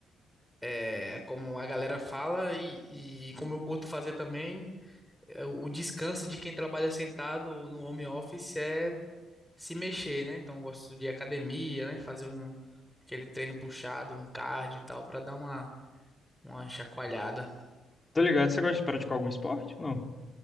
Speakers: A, in the centre; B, on the left.
A: é, como a galera fala e, e como eu curto fazer também, é, o descanso de quem trabalha sentado ou no home office é se mexer, né? Então eu gosto de academia, né? Fazer um aquele treino puxado, um cardio e tal, pra dar uma, uma chacoalhada.
B: Tô ligado, você gosta de praticar algum esporte? Não.